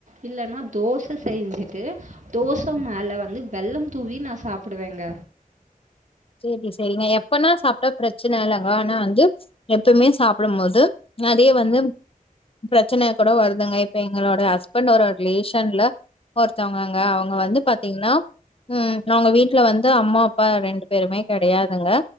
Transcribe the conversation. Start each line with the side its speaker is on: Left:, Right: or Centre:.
Right: இல்லனா தோச செய்ஞ்சிட்டு தோச மேல வந்து வெள்ளம் தூவி நா சாப்டுவேங்க
Left: சேரி சேரிங்க எப்பனா சாப்ட்டா பிரச்சன இல்லங்க ஆனா வந்து எப்பயுமே சாப்டும் போது அதே வந்து பிரச்சன கூட வருதுங்க இப்ப எங்களோட ஹஸ்பண்ட்டோட ரிலேஷன்ல ஒருத்தவங்கங்க அவங்க வந்து பாத்தீங்கன்னா ம் அவங்க வீட்ல வந்து அம்மா அப்பா ரெண்டு பேருமே கெடயாதுங்க